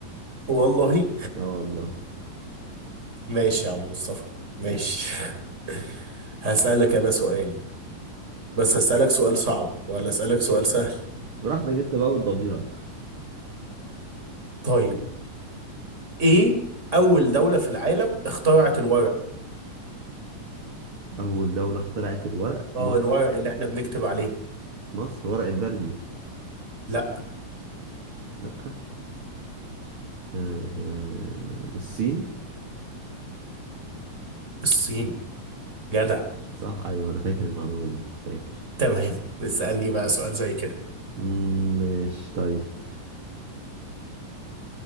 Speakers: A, on the right; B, on the right.
A: والله
B: اه والله
A: ماشي يا عم مصطفى ماشي
B: ماشي.
A: <laughs> هسألك أنا سؤال بس هسألك سؤال صعب ولا أسألك سؤال سهل
B: براحتك انت بقى وضميرك
A: طيب إيه أول دولة في العالم اخترعت الورق؟
B: اول دولة اخترعت الورق
A: آه
B: مصر
A: الورق اللي إحنا بنكتب عليه
B: مصر ورق البردي
A: لا
B: لا آه، آه، الصين
A: الصين جدع
B: صح ايوه انا فاكر المعلومة دي فاكر
A: تمام اسألني بقى سؤال زي كده
B: مم، ماشي طيب